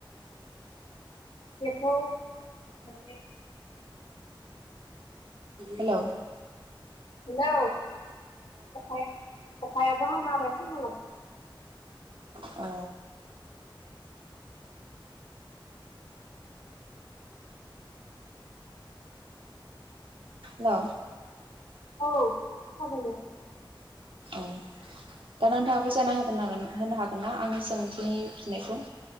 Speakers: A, on the left; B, on the right.
A: बेखौ माने
B: हेल'
A: हेलौ अखाया अखायाबो हाना होबाय
B: औ। हेल'
A: औ माबोरै
B: औ दा नोंथाङा बुजायना होगागोन होनो हागोन ना आंनि सोंथिनि फिनायखौ